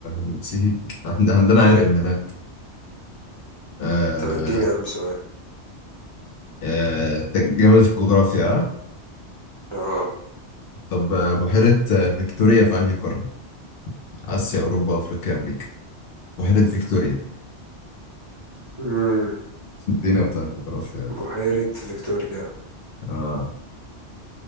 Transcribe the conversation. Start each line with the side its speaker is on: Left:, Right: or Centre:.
Left: نسيت عند- عندنا عرق من هناك آه
Right: طب اديني يا عم سؤال
Left: آه تك- جامد في الجغرافيا آه؟
Right: اه
Left: طب آه، بحيرة آه، فيكتوريا في انهي قارة؟ آسيا أوروبا أفريقيا أمريكا بحيرة فيكتوريا
Right: امم
Left: <laughs> الدنيا بتاع الجغرافيا
Right: بحيرة فيكتوريا
Left: اه